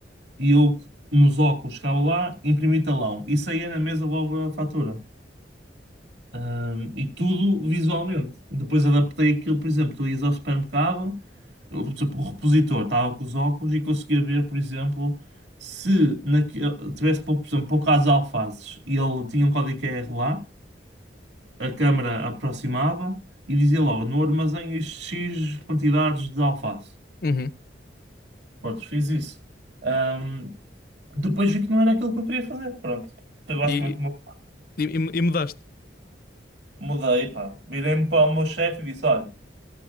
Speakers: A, on the right; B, on the left.
A: e eu, nos óculos, chegava lá, imprimi talão e saía na mesa logo a fatura. Ahm, e tudo visualmente. Depois adaptei aquilo, por exemplo, tu ias ao supermercado, eu, tipo, o repositor estava com os óculos e conseguia ver, por exemplo, se naquele, tivesse, por exemplo, poucas alfaces e ele tinha um código QR lá. a câmara aproximava e dizia logo, no armazém isto X quantidades de alface.
B: Uhum.
A: Pronto, fiz isso. Ahm, depois vi que não era aquilo que eu queria fazer. Pronto. Foi basicamente
B: E,
A: como eu
B: e, e- e mudaste.
A: mudei, pá. Virei-me para o meu chefe e disse, olha,